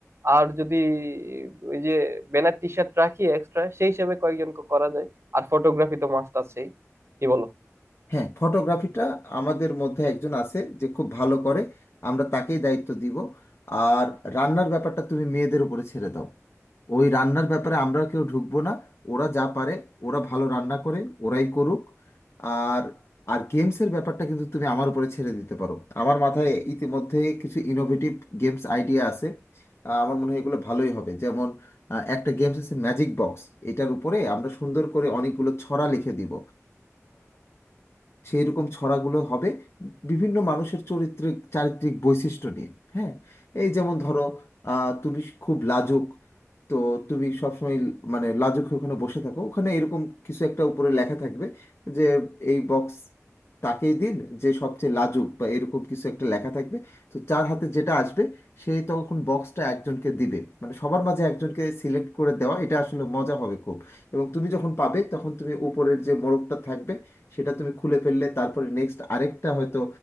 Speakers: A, on the right (about 50°); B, on the left (about 50°).
A: আর যদি ওই যে ব্যানার টি শার্ট রাখি এক্সট্রা সেই হিসেবে কয়েকজনকে করা যায় আর ফটোগ্রাফি তো মাস্ট আছেই কি বলো
B: হ্যাঁ ফটোগ্রাফিটা আমাদের মধ্যে একজন আছে যে খুব ভালো করে আমরা তাকেই দায়িত্ব দিব আর রান্নার ব্যাপারটা তুমি মেয়েদের উপরে ছেড়ে দাও ওই রান্নার ব্যাপারে আমরা কেউ ঢুকবো না ওরা যা পারে ওরা ভালো রান্না করে ওরাই করুক আর আর গেমসের ব্যাপারটা কিন্তু তুমি আমার উপরে ছেড়ে দিতে পারো আমার মাথায় ইতিমধ্যে কিছু ইনোভেটিভ গেমস আইডিয়া আছে আহ, আমার মনে হয় এগুলো ভালোই হবে যেমন আহ, একটা গেমস আছে ম্যাজিক বক্স এটার উপরে আমরা সুন্দর করে অনেকগুলো ছড়া লিখে দিব সেই রকম ছড়াগুলো হবে বিভিন্ন মানুষের চরিত্রিক চারিত্রিক বৈশিষ্ট্য নিয়ে হ্যাঁ এই যেমন ধরো আহ, তুমি খুব লাজুক তো তুমি সবসময় মানে লাজুক হয়ে ওখানে বসে থাকো ওখানে এরকম কিছু একটা উপরে লেখা থাকবে যে এই বক্স তাকেই দিন যে সবচেয়ে লাজুক বা এরকম কিছু একটা লেখা থাকবে তো যার হাতে যেটা আসবে সে তখন বক্সটা একজনকে দিবে মানে সবার মাঝে একজনকে সিলেক্ট করে দেওয়া এটা আসলে মজা হবে খুব এবং তুমি যখন পাবে তখন তুমি উপরের যে মোড়কটা থাকবে সেটা তুমি খুলে ফেললে তারপরে নেক্সট আরেকটা হয়তো